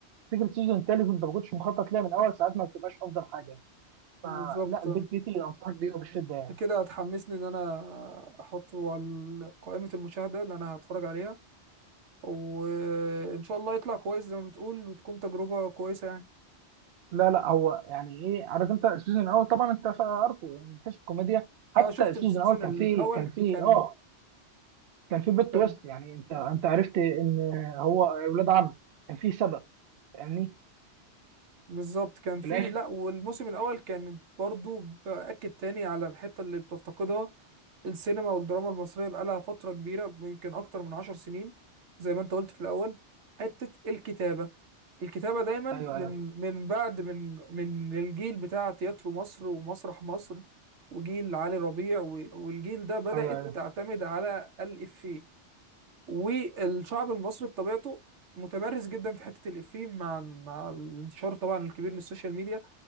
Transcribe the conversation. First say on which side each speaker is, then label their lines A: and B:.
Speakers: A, on the right; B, on the right.
A: فكره سيزون تالت وانت ما كنتش مخطط ليها من الاول ساعات ما بتبقاش افضل حاجه يعني
B: بالظبط
A: فلا البيت بيتي انصحك بيه وبشده يعني
B: انت كده هتحمسني ان انا احطه على قائمة المشاهدة اللي انا هتفرج عليها وان شاء الله يطلع كويس زي ما بتقول وتكون تجربة كويسة يعني
A: لا لا هو يعني ايه عارف انت السيزون الاول طبعا انت فا- عارفه يعني من حيث الكوميديا حتى
B: اه شفت
A: السيزون
B: السيزون
A: الاول كان
B: الاول
A: فيه كان فيه
B: كان
A: اه كان فيه بلوت
B: كان
A: تويست يعني انت انت عرفت ان هو ولاد عم كان فيه سبب فاهمني
B: بالظبط كان في
A: في الاخر
B: لا والموسم الاول كان برضو باكد تاني على الحته اللي بتفتقدها السينما والدراما المصريه بقالها فتره كبيره يمكن اكتر من عشر سنين زي ما انت قلت في الاول حته الكتابه الكتابه دايما من
A: ايوه ايوه
B: من بعد من من الجيل بتاع تياترو مصر ومسرح مصر وجيل علي ربيع و- والجيل ده بدات
A: ايوه ايوه
B: تعتمد على الافيه والشعب المصري بطبيعته متمرس جدا في حته الافيه مع مع الانتشار طبعا الكبير للسوشيال ميديا